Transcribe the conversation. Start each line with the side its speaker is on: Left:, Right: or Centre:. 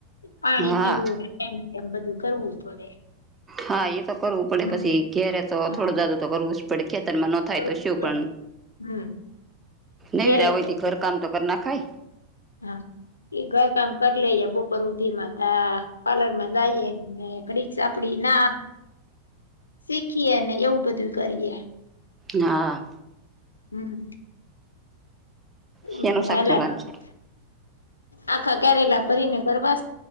Left: પાણી
Right: હા
Left: પીવું તેમ તેમ બધું કરવું પડે.
Right: હા એ તો કરવું પડે
Left: હમ
Right: પછી ઘેરે તો
Left: હા
Right: થોડું જાદું તો કરવું જ પડે ખેતરમાં નો થાય
Left: કરવું
Right: તો શું
Left: જ પડે
Right: પણ,
Left: હમ
Right: નવરા
Left: ક્યારે
Right: હોયથી
Left: કરીએ
Right: ઘર કામ તો કર નાખાય.
Left: હા, એ ઘર કામ કરી લેએ બપોર હુધી માં તા પાર્લર માં જઈએ. ને કડીક સાપડી ના શીખીએ ને એવું બધું કરીએ.
Right: હા.
Left: હમ્મ.
Right: શેનું
Left: બધું
Right: શાક
Left: હલ્યા
Right: કરવાનું
Left: કરે.
Right: છે
Left: આખા કેયારેલા ભરીને કરવાસ?